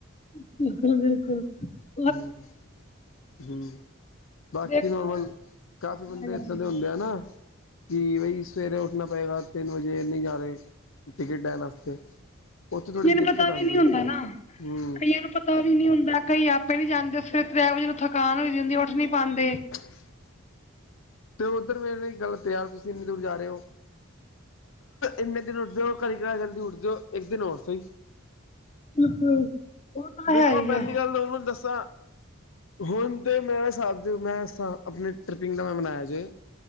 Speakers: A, on the left (about 35°); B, on the left (about 70°).
A: ਬਿਲਕੁਲ-ਬਿਲਕੁਲ।
B: ਹੂ ਹੂ ਬਾਕੀ
A: ਦੇਖੋ
B: ਨੋਮਲ
A: ਨਾ
B: ਕਾਫੀ ਬੰਦੇ
A: ਹਾਂਜੀ
B: ਏਦਾਂ ਦੇ ਹੁੰਦੇ ਆ ਨਾ ਕਿ ਬਈ ਸਵੇਰੇ ਉੱਠਣਾ ਪਏਗਾ ਤਿੰਨ ਵਜੇ ਨਹੀਂ ਜਾ ਰਹੇ ਟਿਕਟ ਹੈ। ਉਥੇ ਥੋੜੀ
A: ਕਈਆਂ ਨੂੰ
B: ਦਿੱਕਤ
A: ਪਤਾ
B: ਆਉਂਦੀ
A: ਵੀ ਨਹੀਂ ਹੁੰਦਾ ਨਾ
B: ਹੂ
A: ਕਈਆਂ ਨੂੰ ਪਤਾ ਵੀ ਨਹੀਂ ਹੁੰਦਾ ਕਈ ਆਪੇ ਨਹੀਂ ਜਾਂਦੇ ਫਿਰ ਡਰਾਈਵਿੰਗ ਨੂੰ ਥਕਾਨ ਹੋਈ ਜਾਂਦੀ ਉੱਠ ਨਹੀਂ ਪਾਂਦੇ
B: <inaudible> 'ਤੇ ਉੱਧਰ ਮੇਰੇ ਲਈ ਗੱਲ ਤਿਆਰ ਤੁਸੀਂ ਇੰਨੀ ਦੂਰ ਜਾ ਰੇ ਓ। ਇੰਨੇ ਦਿਨ ਉਠਦੇ ਹੋ ਕਈ ਗਰਾਰ ਉਠਦੇ ਹੋ ਇੱਕ ਦਿਨ ਹੋਰ ਸਹੀ
A: <unintelligible> ਤਾਂ
B: ਦੇਖੋ
A: ਹੈ ਹੀ
B: ਪਹਿਲੀ
A: ਆ
B: ਗੱਲ ਉਹਨਾਂ ਦੱਸਾਂ ਹੁਣ ਤੇ ਮੇਰੇ ਹਿਸਾਬ ਦੇ ਇਸ ਸਾਲ ਆਪਣੇ ਟ੍ਰਿਪਿੰਗ ਦਾ ਮੈਂ ਮਨਾਇਆ ਜੇ